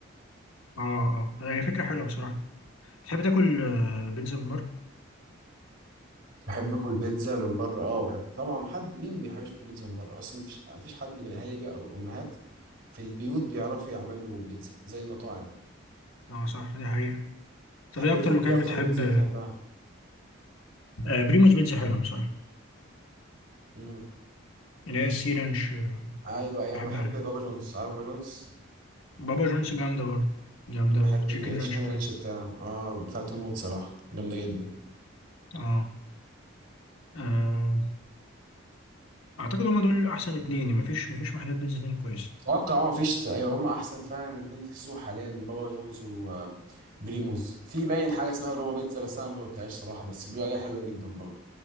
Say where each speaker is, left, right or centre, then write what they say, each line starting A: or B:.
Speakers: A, on the left; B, on the right.
A: اه اه هي فكره حلوه بصراحه تحب تاكل آه، بيتزا من بره
B: بحب آكل بيتزا من بره اه بحب طبعا حد مين ما بيحبش ياكل بيتزا من بره أصلا مفيش مفيش حد من الأهالي بقى أو الأمهات في البيوت بيعرفوا يعملوا بيتزا زي المطاعم
A: اه صح دي حقيقه طب
B: تحب
A: ايه اكتر
B: ايه
A: مكان
B: ايه اكتر
A: بتحب
B: بيتزا بتحبها
A: آه، بريموس بيتزا حلوة بصراحة
B: مم.
A: اللي هي السي رانش آه،
B: ايوه ايوه
A: بحبها
B: انا بحب
A: يعني
B: بابا جونز عارف بابا جونز
A: بابا جونز جامدة برضه جامدة
B: أمم، بحب
A: والتشيكن
B: التشيكن
A: رانش بتاعتها
B: رانش بتاعه اه بتاع توموت صراحه جامده جدا
A: اه آه، أعتقد هما دول أحسن اتنين يعني مفيش مفيش محلات بيتزا تاني كويسة
B: اتوقع اه مفيش ايوه هما احسن فعلا اتنين في السوق حاليا بابا جونز وبريموز في باين حاجه اسمها روما بيتزا بس انا ما دقتهاش صراحه بس بيقولوا عليها حلوه جدا برضه